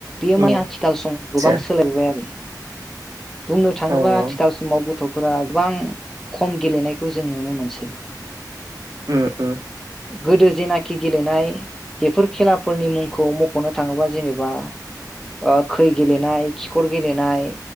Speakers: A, in the centre; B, on the right (about 50°).
A: बेयो
B: उम
A: माने आथिखाल समाव
B: आदसा
A: गोबां सोलायबोबाय आरो बुंनो थाङोबा
B: औ
A: आथिखाल
B: औ
A: समावबो गथफोरा गोबां खम गेलेनायखौ जों नुनो मोनसै
B: ओम ओम
A: गोदो जेनाखि गेलेनाय बेफोर खेलाफोरनि मुंखौ मखनो थाङोबा जेनेबा आ खै गेलेनाय खिखर गेलेनाय